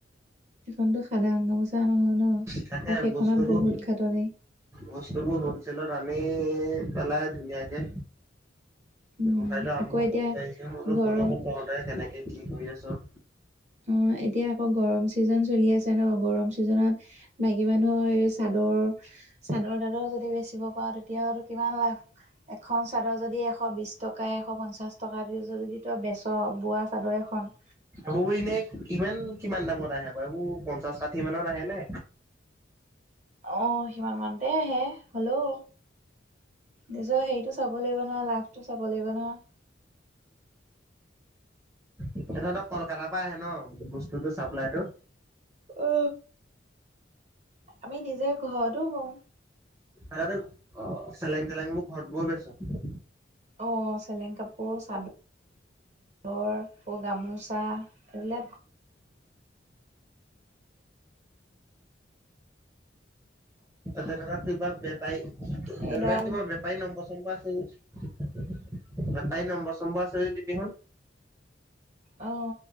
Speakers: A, on the right; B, on the right.
A: এইখনতো সাধাৰণ গামোচা নহয় ন আৰু
B: তাকে
A: সেইখনত
B: বস্তুবোৰ
A: বহুত ঘাটনি।
B: বস্তুবোৰ হলচেলত আনি পেলাই ধুনীয়াকে
A: উম
B: উঠাইতো আৰম্ভ
A: আকৌ এতিয়া
B: কৰি লাগিছে সতো
A: গৰম
B: সুধোকোন তহঁতে কেনেকে কি কৰি আছ?
A: অ এতিয়া আকৌ গৰম চিজন চলি আছে ন গৰম চিজনত মাইকী মানুহৰ এই চাদৰ চাদৰ দাদৰ যদি বেচিব পাওঁ তেতিয়া আৰু কিমান লাভ। এখন চাদৰ যদি এশ বিছ টকা এশ পঞ্চাছ টকা দি যদি তই বেচ বোৱা চাদৰ এখন।
B: হব এনে কিমান কিমান দামত আহে আকৌ এইবোৰ পঞ্চাশ ষাঠি মানত আহে নে?
A: অ সিমান মমানতে আহে হ'লেও। নিজৰ হেৰিটো চাব লাগিব নোৱাৰ লাভটো চাব লাগিব নহ।
B: এ তহঁতক কলকাতাৰ পৰা আহে ন বস্তুতটো চাপ্লাইটো।
A: উ আমি নিজে ঘৰতো বওঁ।
B: দাদো অ চেলেং চেলেং মোৰ ঘৰত বহ বেছ?
A: অ চেলেং কাপোৰ চাদ ঘৰকৌ গামোচা এইবিলাক।
B: তেনেকুৱা কিবা বেপাই তেনেকুৱা
A: এই দৰা
B: কিবা বে তাই নম্বৰ সম্বৰ আছে যদি তাই নম্বৰ সম্বৰ আছে যদি দিবি হ? <unintelligible>
A: অঁ।